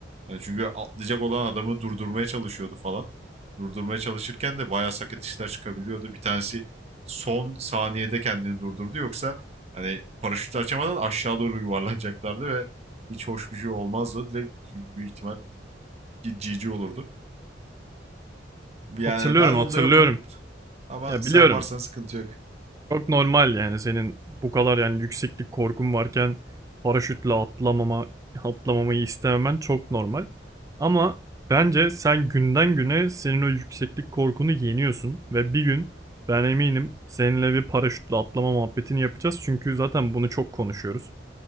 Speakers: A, on the right (about 35°); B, on the right (about 20°).
A: Yani çünkü atlayacak olan adamı durdurmaya çalışıyordu falan. Durdurmaya çalışırken de bayağı sakat işler çıkabiliyordu. Bir tanesi son saniyede kendini durdurdu. Yoksa hani paraşütü açamadan aşağı doğru yuvarlanacaklardı ve hiç hoş bir şey olmazdı. Direkt çünkü büyük ihtimal GG olurdu. Yani
B: Hatırlıyorum
A: ben onda
B: hatırlıyorum.
A: yokum. Ama
B: Ya
A: sen
B: biliyorum
A: varsan sıkıntı yok.
B: Çok normal yani senin bu kadar yani yükseklik korkun varken paraşütle atlamama atlamamayı istememen çok normal. Ama bence sen günden güne senin o yükseklik korkunu yeniyorsun ve bir gün ben eminim seninle bir paraşütle atlama muhabbetini yapacağız çünkü zaten bunu çok konuşuyoruz.